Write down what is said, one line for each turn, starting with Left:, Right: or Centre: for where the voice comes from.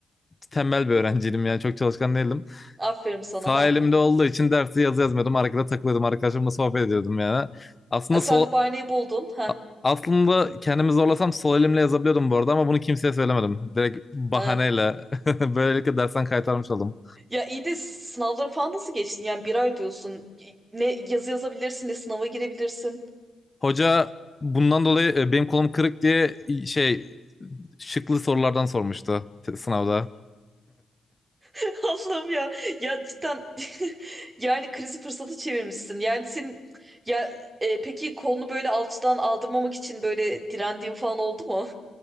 Left: tembel bir öğrenciydim yani çok çalışkan değildim.
Right: aferin sana
Left: Sağ
Right: ha.
Left: elimde olduğu için dersi yazı yazmıyordum. Arkada takılıyordum. Arkadaşlarımla sohbet ediyordum yani. Aslında
Right: Ha,
Left: sol
Right: Sen de bahaneyi buldun ha.
Left: a- Aslında kendimi zorlasam sol elimle yazabiliyordum bu arada ama bunu kimseye söylemedim. Direkt bahaneyle
Right: Ha.
Left: <laughs> böylelikle dersten kaytarmış oldum.
Right: Ya iyi de sınavları falan nasıl geçtin? Yani bir ay diyorsun. Ne yazı yazabilirsin ne sınava girebilirsin.
Left: Hoca bundan dolayı e, benim kolum kırık diye şey şıklı sorulardan sormuştu te- sınavda.
Right: <laughs> Allah'ım ya. Ya cidden <laughs> yani krizi fırsatı çevirmişsin. Yani senin ya e, peki kolunu böyle alçıdan aldırmamak için böyle direndiğin falan oldu mu?